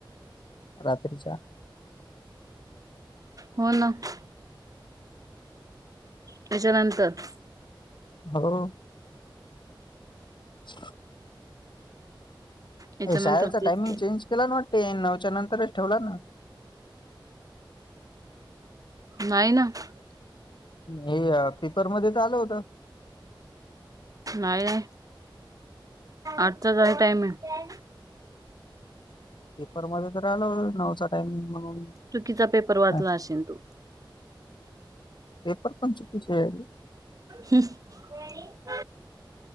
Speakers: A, on the left; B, on the right.
A: रात्रीच्या आठ <unintelligible>
B: हो ना <unintelligible> त्यांच्यानंतर <unintelligible>
A: ह <unintelligible> छ <unintelligible>
B: याच्यानंतर
A: शाळेचा
B: तेच
A: टायमिंग
B: ते
A: चेंज केला नां वाटते नवच्या नंतरच ठेवला ना
B: नाहीं नं <unintelligible>
A: हे पेपरमंध्ये त आलं होतं <unintelligible>
B: नाही नाही आठचा टाईम आहे
A: पेपरमध्येध्ये तर आलं नवचा टाईमग म्हणून <unintelligible>
B: चुकीचा पेपर वाचला
A: हा,
B: असेल तो <unintelligible>
A: पेपर पण चुकीचे <unintelligible>
B: हुश <unintelligible> <unintelligible> <unintelligible>